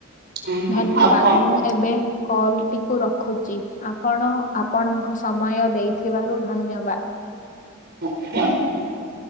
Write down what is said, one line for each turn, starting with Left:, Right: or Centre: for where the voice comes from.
Right: ହଁ,
Left: ଧନ୍ୟବାଦ
Right: ଆପଣ
Left: ମୁଁ ଏବେ କଲଟି କୁ ରଖୁଛି ଆପଣ ଆପଣଙ୍କ ସମୟ ଦେଇଥିବାରୁ ଧନ୍ୟବାଦ।
Right: ହ ହଁ।
Left: ହୁଁ